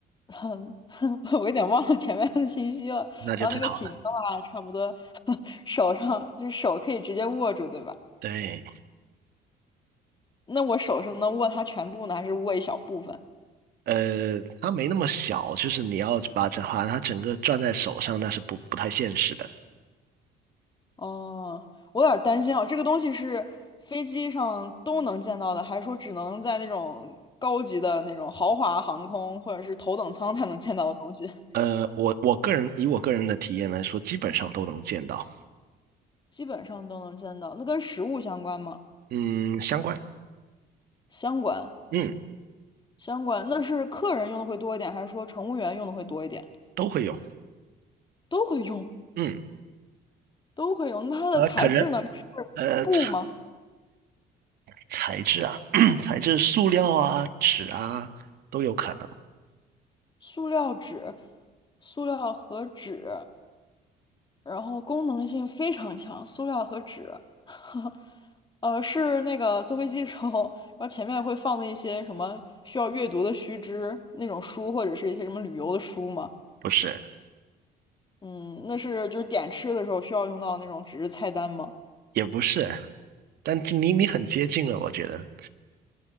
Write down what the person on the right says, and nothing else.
那就太好了。
对，
呃，它没那么小，就是你要把这把它整个攥在手上，那是不不太现实的。
呃，我我个人以我个人的体验来说，基本上都能见到，
嗯，相关，
嗯，
都会用，
嗯，
呃，可能
呃材
材质啊，<coughs> <clears throat> 材质塑料啊、纸啊都有可能，
不是，
也不是，但是你你很接近了，我觉得，